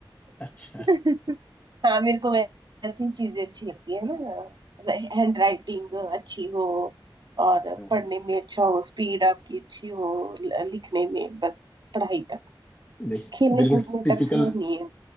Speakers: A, on the left (about 15°); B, on the right (about 55°).
A: अच्छा
B: <laughs> हाँ मेरे को वैसी चीजें अच्छी लगती है ना हैंड राइटिंग अच्छी हो और
A: हाँ,
B: पढ़ने में अच्छा हो स्पीड आपकी अच्छी हो ल- लिखने में बस पढ़ाई तक
A: नहीं
B: खेलने
A: बिल्कुल
B: कूदने
A: टिपिकल
B: तक नहीं है